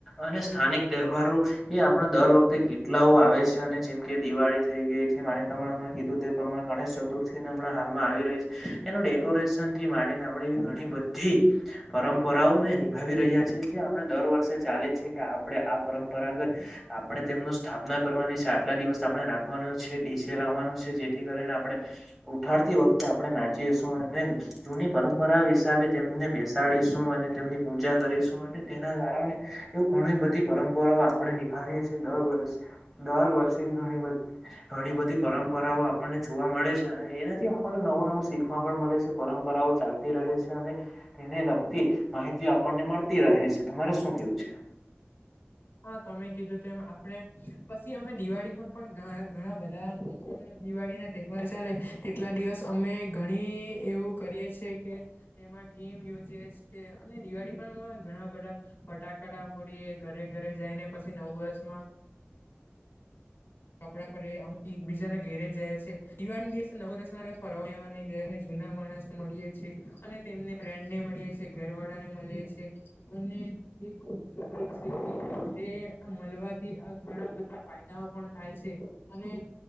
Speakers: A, in the centre; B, on the left.
A: અને સ્થાનિક તહેવારો એ આપણા દર વખતે કેટ લાઓ આવે છે, અને જેમ કે દિવાળી થઈ ગઈ કીધું તે પ્રમાણે ગણેશ ચતુર્થી હમણા હાલ થીમાંને આપ એવી ઘણી બધી, પરંપરાઓને ભાવી રહ્યા છે, જે આપણે દર વર્ષે ચાલી જ છે, કે આપણે આ પરંપરાગત આપણે તેમનુ સ્થાપના કરવાની છે આટલા દિવસ આપણે રાખવાનો છે ડીસે લાવવાનો છે જેથી કરીને આપણે ઉઠાડ તી વખતે આપણે નાચીશુ, અને જૂની પરંપરા હિસાબે તેમને બેસાડીશું અને તેમની પૂજા કરીશુ અને તેના કારણે એવું ઘણી બધી પરંપરાઓ આપણે નિભાવીએ છીએ, દર વર્ષ દર વર્ષે ઘણી બધી ઘણી બધી પરંપરાઓ આપણને જોવા મળે છે, અને એનાથી આપણને નવું નવું શીખવા પણ મળે છે. પરંપરાઓ ચાલતી રહે છે, અને તેને લગતી માહિતી આપણને મળતી રહે છે, તમારે શુ કેવું છે.
B: હા, તમે કીધું તેમ આપણે પછી, અમે દિવાળી પર પણ ઘણા બધા દિવાળી ના તહેવાર ચાલે તેટલા દિવસ અમે ઘણી એવું કરીએ છીએ, કે એમાં થીમ યોજી છે, અને દિવાળી પણ ઘણા બધા ફટાકડા ફોડીએ ઘરે ઘરે જઈને, પછી નવ વર્ષમા કપડા પર અમે એકબીજાના ઘેરે જાય છે, ઈવા દિવસે નવ રસના ફરવાવા નહી, જાય. જૂના માણસ મળીએ છીએ, અને તેમને ફ્રેન્ડને મળીએ છીએ, ઘર વાળા ને મળીએ છીએ મળવાથી, આ ઘણા બધા ફાયદ નવ પણ થાય છે, અને